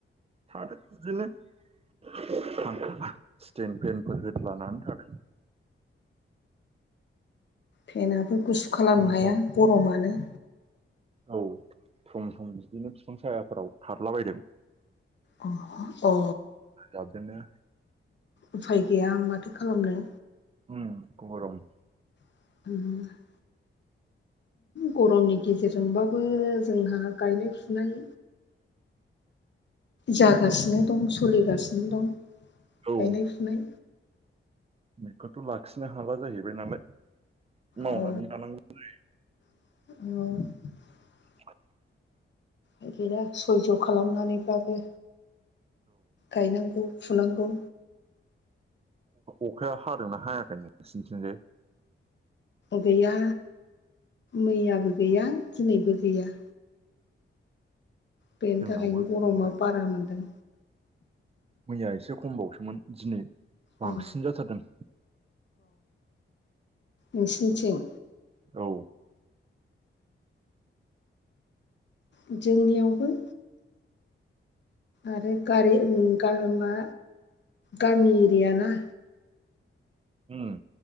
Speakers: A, on the right; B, on the left.
A: थादों बिदिनोलै। <unintelligible> स्टेन पेनफोर होदलानानै थादों। <inaudible>
B: फेनाबो गुसु खालामनो
A: ओमफ्राय सम
B: हाया
A: सम
B: गरमानो।
A: औ सम सम बिदिनो बिफां सायाफोराव थारलाबायदों।
B: अ अ अ।
A: बिदिनो।
B: उफाय गैया माथो खालामनो।
A: उम गरम।
B: <inaudible> गरमनि गेजेरजोंबाबो जोंहा गायनाय-फुनाय जागासिनो दं सोलिगासिनो दं
A: औ
B: गायनाय फुनाय
A: बेखौथ' लाखिनो हाला जाहैबाय नालाय मावनानै
B: औ
A: लानांगौ जायो।
B: औ
A: <inaudible>
B: बोथोरा सयज' खालामनानैब्लाबो गायनांगौ फुनांगौ
A: अखाया हादोंना हायाखै नोंसिनिथिंजाय
B: गैया मैयाबो गैया दिनैबो गैया बेनि
A: जोंनावबो
B: थाखायनो
A: बिदिनो
B: गरमा बारा मोनदों।
A: मैया एसे खमबावसोमोन दिनै बांसिन
B: अ
A: जाथारदों।
B: नोसिनिथिं
A: औ
B: <inaudible> जोंनियावबो आरो गारि गा मा गामि एरियाना
A: उम